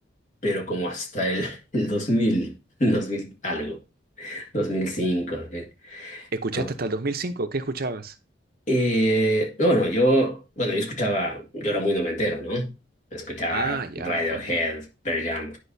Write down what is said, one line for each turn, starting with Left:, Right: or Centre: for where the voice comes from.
Left: pero como hasta el, el dos mil dos mil algo, 2005. ok.
Right: ¿Escuchaste
Left: como
Right: hasta el dos mil cinco ¿Qué escuchabas?
Left: Eh, no, bueno, yo, bueno, yo escuchaba, yo era muy noventero, ¿no? Escuchaba
Right: Ah, ya,
Left: Radiohead,
Right: bueno
Left: Pearl Jam,